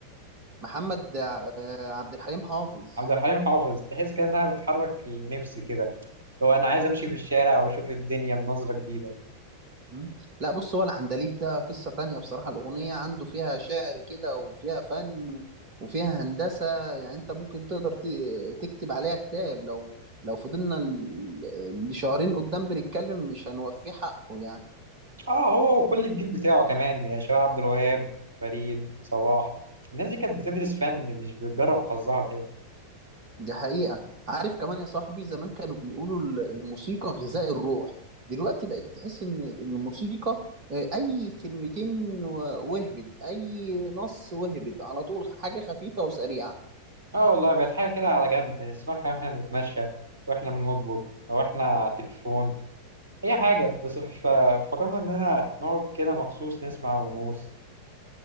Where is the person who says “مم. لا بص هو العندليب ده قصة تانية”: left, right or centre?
Right